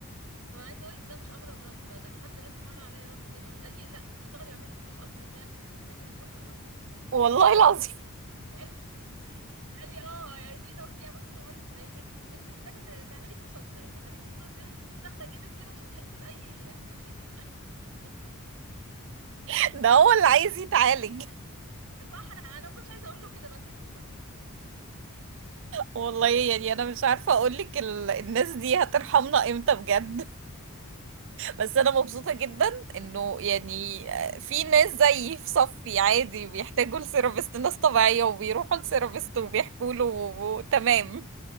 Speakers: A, on the right; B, on the right.
A: طب انا عايزه اقول لك ده مش اغرب رد بقى ده انا حد رد مره عليا رد غريب قوي قال لي لا اشتغلي واعملي فلوس اكتر هتلاقي نفسك خفتي من كل الامراض النفسيه
B: والله العظيم
A: <laughs> قال لي اه يعني دي نصيحه بصي انا بقول لك من الاخر انت مش انت محتاجه ت- تعملي فلوس اكتر لما تعملي فلوس بقى تلاقي فلوس داخله جيبك كده مش هتحسي باي مشاكل
B: <laughs> ده هو اللي عايز يتعالج <laughs>
A: <laughs> صح انا انا ما كنتش عايزه اقول له كده بقى سبته بقى
B: والله يعني انا مش عارفه اقول لك ال... الناس دي هترحمنا امتى بجد بس انا مبسوطة جدا انه يعني
A: مم.
B: في ناس زيي في صفي عادي بيحتاجوا لسيرابيست ناس طبيعية وبيروحوا لسيرابيست وبيحكوا له و- تمام